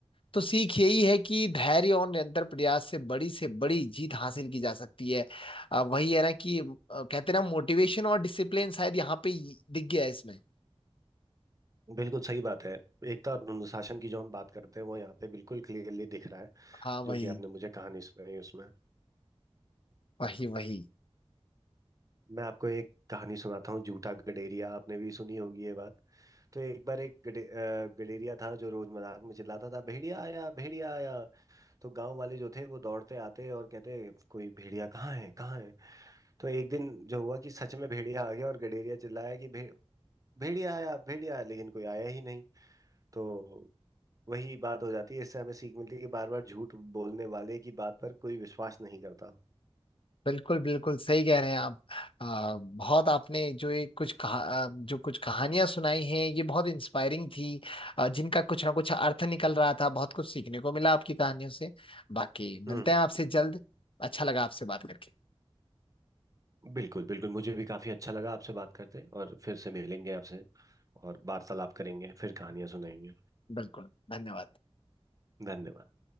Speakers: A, on the left; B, on the right.
A: तो सीख यही है कि धैर्य और निरंतर प्रयास से बड़ी से बड़ी जीत हासिल की जा सकती है अ, वही है ना कि अ, कहते हैं ना मोटिवेशन और डिसिप्लिन शायद यहाँ पे ही दिख गया है इसमें
B: बिल्कुल सही बात है एकता और अनुशासन की जो हम बात करते हैं वो यहाँ पे बिल्कुल क्लियरली दिख रहा है
A: हाँ वही
B: जो कि आपने मुझे कहानी सुनाई उसमें
A: वही वही
B: मैं आपको एक कहानी सुनाता हूँ झूठा गडेरिया आपने भी सुनी होगी ये बात तो एक बार एक गडे, अ, गडेरिया था जो रोज मजाक में चिल्लाता था भेड़िया आया भेड़िया आया तो गांव वाले जो थे वो दौड़ते आते और कहते कोई भेड़िया कहाँ है कहाँ है तो एक दिन जो हुआ कि सच में भेड़िया आ गया और गडेरिया चिल्लाया कि भे, भेड़िया आया भेड़िया आया लेकिन कोई आया ही नहीं तो वही बात हो जाती है इससे हमें सीख मिलती है कि बार बार झूठ बोलने वाले की बात पर कोई विश्वास नहीं करता
A: बिल्कुल बिल्कुल सही कह रहे हैं आप आ, बहुत आपने जो ये कुछ कहा आ, जो कुछ कहानियां सुनाई हैं ये बहुत इंस्पायरिंग थी आ, जिनका कुछ ना कुछ अर्थ निकल रहा था बहुत कुछ सीखने को मिला आपकी कहानियों से बाकी
B: हम्म
A: मिलते हैं आपसे जल्द अच्छा लगा आपसे बात करके
B: बिल्कुल बिल्कुल मुझे भी काफी अच्छा लगा आपसे बात करते और फिर से मिलेंगे आपसे और वार्तालाप करेंगे फिर कहानियां सुनाएंगे
A: बिल्कुल धन्यवाद
B: धन्यवाद